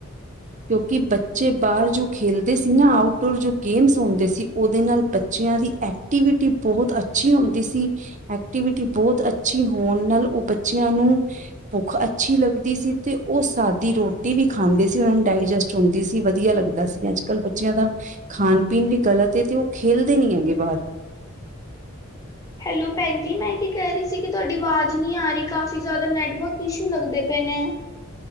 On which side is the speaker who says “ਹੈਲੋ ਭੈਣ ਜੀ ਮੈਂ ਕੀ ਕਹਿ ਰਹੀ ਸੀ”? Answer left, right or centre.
Left